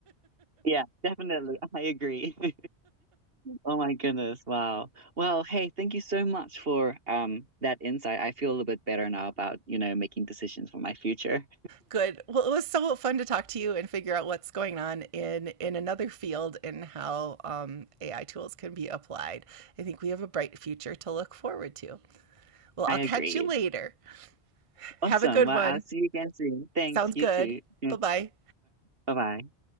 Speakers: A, on the right; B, on the right.
A: Yeah, definitely. I agree. <laughs> Oh my goodness. Wow. Well, hey, thank you so much for um that insight. I feel a little bit better now about, you know, making decisions for my future.
B: Good. Well, it was so fun to talk to you and figure out what's going on in in another field and how um, AI tools can be applied. I think we have a bright future to look forward to. Well,
A: I
B: I'll
A: agree.
B: catch you later.
A: Awesome.
B: Have a good
A: Well,
B: one.
A: I'll see you again soon. Thanks,
B: Sounds
A: you
B: good.
A: too. Yeah.
B: Bye bye.
A: Bye bye.